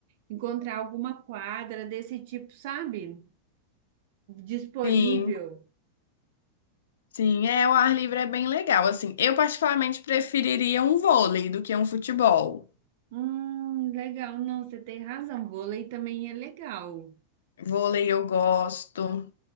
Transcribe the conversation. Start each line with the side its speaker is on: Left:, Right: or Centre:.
Right: encontrar alguma quadra desse tipo, sabe? Disponível.
Left: Sim, sim, é, o ar livre é bem legal. Assim, eu particularmente preferiria um vôlei do que um futebol.
Right: Hum, legal. Não, você tem razão. Vôlei também é legal.
Left: Vôlei eu gosto.